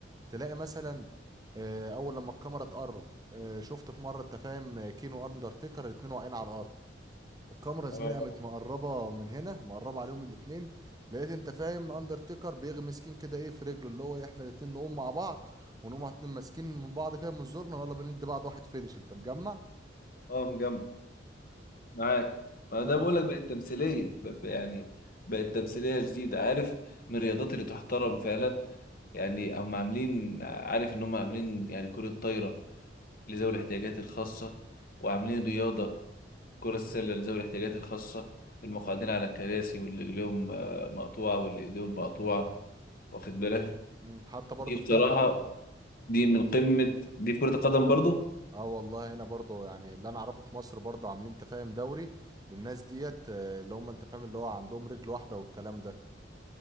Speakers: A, on the right; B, on the left.
A: تلاقي مثلا آه، أول لما الكاميرا تقرب آه، شفت في مرة أنت فاهم آه، كينو أندرتيكر الاتنين واقعين على الأرض الكاميرا زميلي
B: اه
A: قامت مقربة من هنا مقربة عليهم الاتنين لقيت أنت فاهم أندرتيكر بيغمس كين كده إيه في رجله اللي هو إيه، إحنا الاتنين نقوم مع بعض ونقوم إحنا الاتنين ماسكين من بعض كده من زورنا ويلا بندي بعض واحد فينش أنت مجمع
B: اه مجمع معاك ما
A: انا
B: ده بقول لك بقت تمثيليه ب-
A: مم.
B: ب- يعني بقت تمثيليه جديده عارف من الرياضات اللي تحترم فعلا يعني هم عاملين عارف ان هم عاملين يعني كره طايره لذوي الاحتياجات الخاصه وعاملين رياضه كره السله لذوي الاحتياجات الخاصه المقعدين
A: ال-
B: على الكراسي واللي رجليهم آه، مقطوعه واللي ايديهم مقطوعه واخد بالك
A: مم. حتى برضه
B: دي بصراحه
A: في كرة القدم
B: دي من قمة دي في كرة القدم برضو
A: اه والله هنا برضه يعني اللي انا اعرفه في مصر برضه عاملين انت فاهم دوري للناس ديت آه، اللي هم انت فاهم اللي هو عندهم رجل واحدة والكلام ده